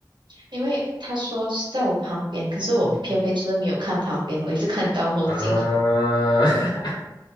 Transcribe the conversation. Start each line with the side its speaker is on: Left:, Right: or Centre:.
Right: 因为他说是在我旁边，可是我偏偏就是没有看旁边，
Left: 嗯
Right: 我一直看到后颈。
Left: 啊，
Right: <laughs>
Left: <laughs>